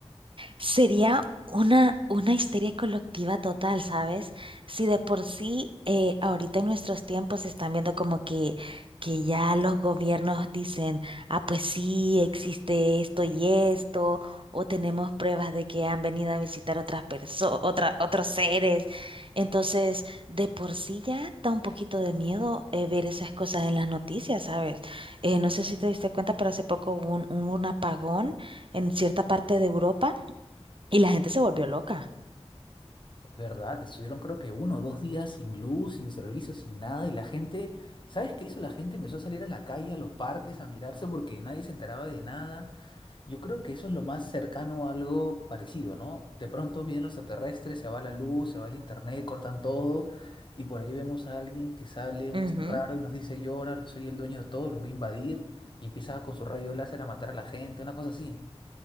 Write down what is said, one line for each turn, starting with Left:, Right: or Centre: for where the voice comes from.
Right: Sería una, una histeria colectiva total, ¿sabes? Si de por sí eh, ahorita en nuestros tiempos se están viendo como que, que ya los gobiernos dicen, ah, pues sí, existe esto y esto, o tenemos pruebas de que han venido a visitar otras personas, otros seres. Entonces, de por sí ya da un poquito de miedo eh, ver esas cosas en las noticias, ¿sabes? Eh, no sé si te diste cuenta, pero hace poco hubo un un- un apagón en cierta parte de Europa. Y la gente se volvió loca.
Left: Es verdad, estuvieron creo que uno o dos días sin luz, sin servicio, sin nada y la gente, ¿sabes qué hizo la gente? Empezó a salir a la calle, a los parques, a mirarse porque nadie se enteraba de nada. Yo creo que eso es lo más cercano a algo parecido, ¿no? De pronto vienen los extraterrestres, se va la luz, se va el internet, cortan todo, y por ahí vemos a alguien que sale un
Right: Ujú.
Left: ser raro y nos dice, yo ahora soy el dueño de todo, los voy a invadir, y empieza con su rayo láser a matar a la gente, una cosa así.